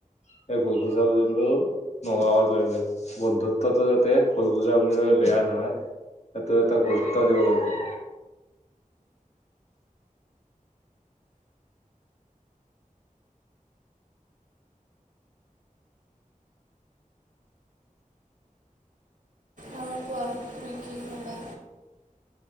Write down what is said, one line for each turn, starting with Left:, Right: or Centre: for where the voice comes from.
Left: সেই ভুল বুজা-বুজিটো নোহোৱা হব লা, বন্ধুত্বতো যাতে ভুল বুজা-বুজি বাবে বেয়া নহয়। সেইটো এটা গুৰুত্ব দিব লাগিব।
Right: আৰু কোৱা তুমি কি ভাবা?